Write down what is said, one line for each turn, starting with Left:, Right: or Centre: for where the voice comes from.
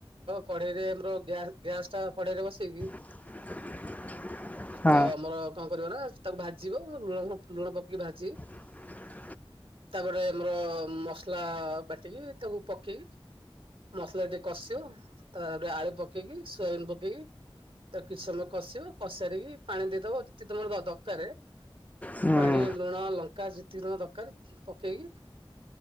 Right: କଢେଇରେ ଆମର ଗ୍ୟାସ୍ ଟା କଢେଇରେ ବସେଇକି
Left: <inaudible> ହଁ
Right: ତ ଆମର କଣ କରିବ ନା ତାକୁ ଭାଜିବ ଲୁଣ ଲୁଣ ପକେଇକି ଭାଜି
Left: ହ <inaudible>
Right: ତାପରେ ଆମର ମସଲା ବାଟିକି ତାକୁ ପକେଇକି ମସଲା ଟିକେ କଷିବ ତାପରେ ଆଳୁ ପକେଇକି ସୋୟାବନ ପକେଇକି ତାକୁ କିଛି ସମୟ କଷିବ କଷାରିକି ପାଣି ଦେଇଦବ ଯତି ତମର ଦରକାର
Left: ହୁଁ
Right: ପାଣି ଲୁଣ ଲଙ୍କା ଯେତିକ ଦରକାର ପକେଇକି